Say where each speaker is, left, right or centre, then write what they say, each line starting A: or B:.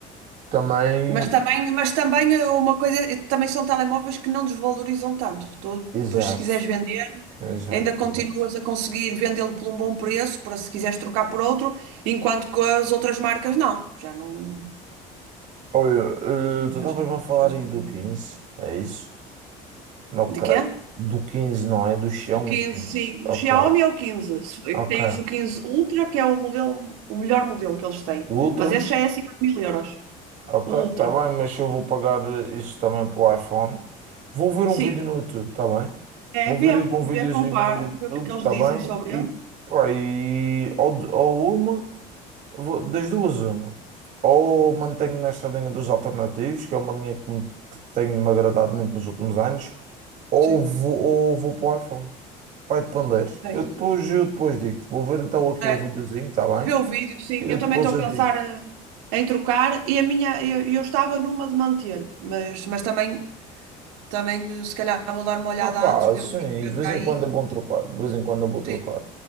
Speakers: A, on the right; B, on the right.
A: Também,
B: Mas também, mas também é uma coisa, também são telemóveis que não desvalorizam tanto. Tu,
A: exato,
B: depois, se quiseres vender,
A: exato,
B: ainda continuas
A: exato.
B: a conseguir vendê-lo por um bom preço, para se quiseres trocar por outro, enquanto que as outras marcas não. Já não.
A: Olha, eh, tu
B: Já,
A: estavas-me
B: já,
A: a falar
B: já desvalorizam.
A: aí do 15, é isso? Ok,
B: De quê?
A: do 15 não é, do Xiaomi
B: Do quinze
A: 15.
B: sim. Do
A: Ok,
B: Xiaomi é o 15. Se-
A: ok.
B: Tens o 15 Ultra, que é o modelo, o melhor modelo que eles têm.
A: O Ultra?
B: Mas esse já é acima de 1000 euros.
A: Ok,
B: O Ultra.
A: tá bem, mas eu vou pagar eh, isso também pelo iPhone. Vou ver um
B: Sim.
A: vídeo no YouTube, tá bem?
B: É,
A: Vou
B: vê,
A: ver algum videozinho
B: vê, compara,
A: no YouTube,
B: vê o que, é que eles
A: tá
B: dizem
A: bem?
B: sobre
A: E,
B: ele.
A: pá, e ou, de- ou uma, vou- das duas uma. Ou mantenho nesta linha dos alternativos, que é uma linha que me, tenho me agradado muito nos últimos anos, ou
B: Sim.
A: vou, ou vou para o iPhone. Vai depender.
B: É
A: Eu
B: isso.
A: depois, eu depois digo-te. Vou ver então aqui
B: É.
A: o videozinho, tá bem?
B: Vê o vídeo, sim.
A: E eu
B: Eu
A: depois
B: também estou a
A: eu
B: pensar
A: digo.
B: eh, em trocar e a minha, eu, eu estava numa de manter, mas, mas também, também eh, se calhar vou dar uma olhada
A: Ah pá,
B: antes, ver
A: sim,
B: o que é que
A: de
B: é
A: vez
B: para
A: em
B: aí.
A: quando é bom trocar, de vez em quando é bom trocar.
B: Sim.